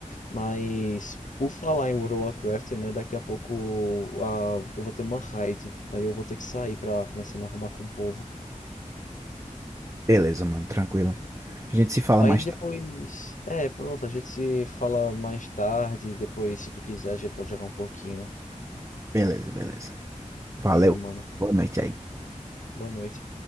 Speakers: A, on the left; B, on the right.
A: mas por falar em World of Warcraft, né, daqui a pouco ah, eu vou ter uma raid, aí eu vou ter que sair pra começar a me arrumar com o povo.
B: Beleza, mano, tranquilo. A gente se fala
A: Aí
B: mais
A: depois,
B: tarde.
A: é, pronto, a gente se fala mais tarde, depois se tu quiser a gente pode jogar um pouquinho.
B: Beleza, beleza. Valeu.
A: Valeu, mano.
B: Boa noite aí.
A: Boa noite.